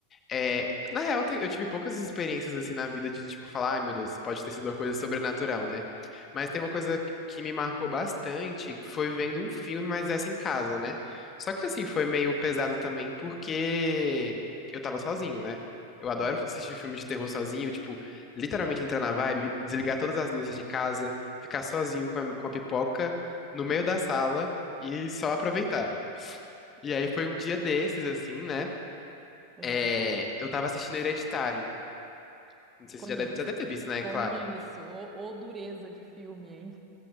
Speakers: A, on the left; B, on the right.
A: É, na real, te- eu tive poucas experiências assim na vida de tipo falar, ai meu Deus, pode ter sido uma coisa sobrenatural, né? Mas tem uma coisa que me marcou bastante, foi vendo um filme, mas essa em casa, né? Só que assim, foi meio pesado também porque eu tava sozinho, né? Eu adoro
B: Aham.
A: assistir filme de terror sozinho, tipo, literalmente entrar na vibe, desligar todas as luzes de casa, ficar sozinho com a, com a pipoca no meio da sala e só aproveitar.
B: É,
A: E aí foi um dia desses, assim, né?
B: aham.
A: É, eu tava assistindo Hereditário. Não sei
B: Conheço.
A: se você já deve, já deve ter visto, né?
B: Conheço.
A: Claro.
B: Ô, ô dureza de filme, hein?